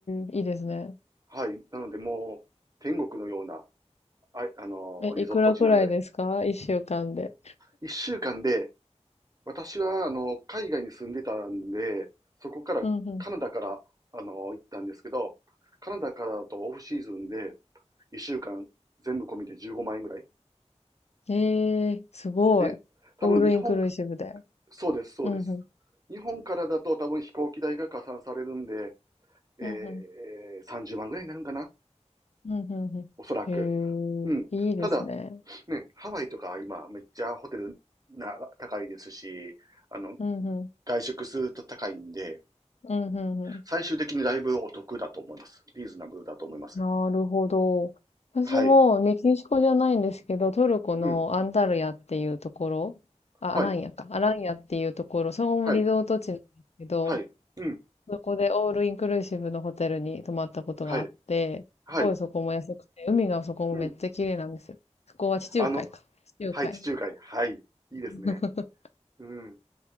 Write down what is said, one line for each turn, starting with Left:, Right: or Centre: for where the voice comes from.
Left: へえ、いいですね。
Right: はい。なのでもう天国のような、あいあのーリゾート地なので、
Left: え、いくらくらいですか一週間で。
Right: 1週間で私は、あの、海外に住んでたんで、そこから、
Left: うんう
Right: カナダから、あの、行ったんですけど、カナダからだとオフシーズンで、1週間全部込みで15万円ぐらい。
Left: ん。ええ、すごい。
Right: で、多分日本、
Left: オールインクルーシブで。
Right: そうです、そうです。
Left: うんうん。
Right: 日本からだと多分飛行機代が加算されるんで、え
Left: うんうん。
Right: ー、30万ぐらいになるんかな
Left: うんうんうん。
Right: おそらく。
Left: へえ、
Right: うん。
Left: いいですね。
Right: ただ、ね、ハワイとか今めっちゃホテルな高いですし、あの、
Left: うんうん。
Right: 外食すると高いんで、
Left: うんうんうん。
Right: 最終的にだいぶお得だと思います。リーズナブルだと思います。
Left: なるほど。私もメキシコじゃないんですけど、
Right: はい。
Left: トルコのアンタルヤっていうところ、
Right: うん。
Left: あ、
Right: はい。
Left: アランヤか。アランヤっていうところ、そこもリゾート地なんですけど、
Right: はい。はい。うん。
Left: そこでオールインクルーシブのホテルに泊まったことがあって、
Right: はい。はい。
Left: すごいそこも安くて、海がそこもめっちゃ綺麗なんですよ。
Right: うん。
Left: そこは地中海か。
Right: あの、
Left: 地中海。
Right: はい、地中海。はい。いいですね。
Left: <laughs>
Right: うん。